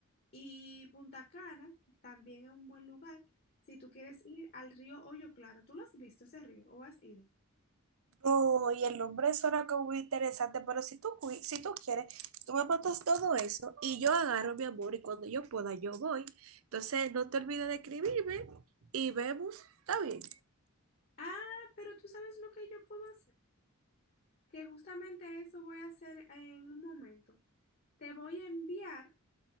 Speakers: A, on the left; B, on the right.
A: Y Punta Cana también es un buen lugar si tú quieres ir al río Hoyo Claro. ¿Tú lo has visto ese río o has ido?
B: No, y el nombre suena como muy interesante, pero si tú, cui- si tú quieres, tú me montas todo eso y yo agarro mi amor y cuando yo pueda yo voy. Entonces, no te olvides de escribirme y vemos, está bien.
A: Ah, pero tú sabes lo que yo puedo hacer, que justamente eso voy a hacer en un momento. Te voy a enviar